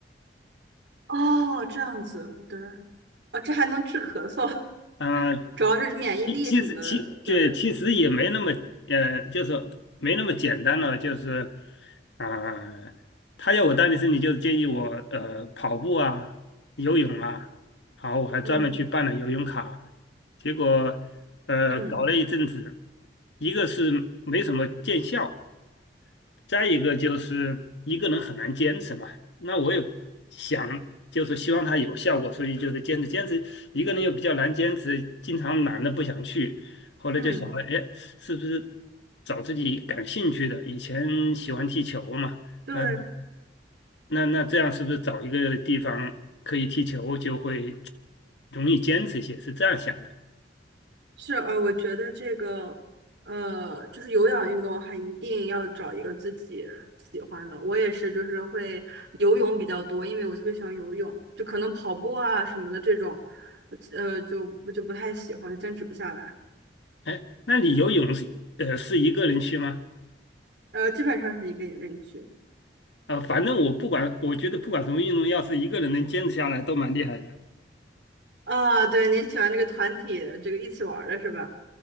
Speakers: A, on the right (about 70°); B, on the left (about 80°).
A: 哦这样子，对，啊，这还能治咳嗽，
B: 啊，
A: <laughs> 主要是免疫力什么的，
B: 其其实其这其实也没那么呃，
A: 对，
B: 就是没那么简单了，就是啊、他要我锻炼身体，就是建议我呃跑步啊、游泳啊，好，我还专门去办了游泳卡，
A: 嗯
B: 结果呃搞了一阵子，
A: 嗯
B: 一个是没什么见效，再一个就是一个人很难坚持嘛，那我也想就是希望他有效果，所以就是坚持坚持，一个人又比较难坚持，经常懒得不想去，后来就想了，
A: 嗯，
B: 哎，是不是找自己感兴趣的？以前喜欢踢球嘛，
A: 对
B: 那那那这样是不是找一个地方可以踢球就会容易坚持一些？是这样想的。
A: 是，呃，我觉得这个，呃，就是有氧运动的话一定要找一个自己喜欢的。我也是，就是会游泳比较多，因为我特别喜欢游泳，就可能跑步啊什么的这种，呃，就就不太喜欢，就坚持不下来。
B: 哎，那你游泳是呃是一个人去吗？
A: 呃，基本上是一个人去。
B: 呃，反正我不管，我觉得不管什么运动，要是一个人能坚持下来，都蛮厉害的。
A: 啊，对，您喜欢这个团体，这个一起玩儿的是吧？